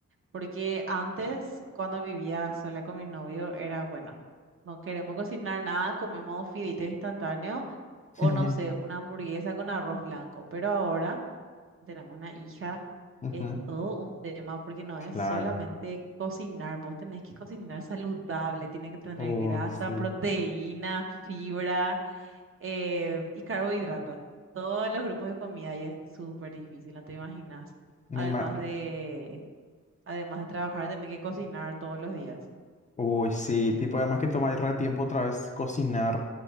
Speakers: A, on the right; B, on the left.
A: porque antes, cuando vivía sola con mi novio, era bueno, no queremos cocinar nada, comemos fideitos instantáneos
B: <laughs>
A: o no sé, una hamburguesa con arroz blanco, pero ahora... tenemos una hija,
B: Ujú,
A: es todo un tema porque no
B: Claro.
A: es solamente cocinar, vos tenés que cocinar saludable, tiene que tener
B: Uy,
A: grasa,
B: sí.
A: proteína, fibra eh, y carbohidratos, todos los grupos de comida y es súper difícil, no te imaginas.
B: Me
A: Además
B: ima-
A: de, además de trabajar, tener que cocinar todos los días.
B: Uy, sí. Tipo, además que toma re tiempo otra vez cocinar.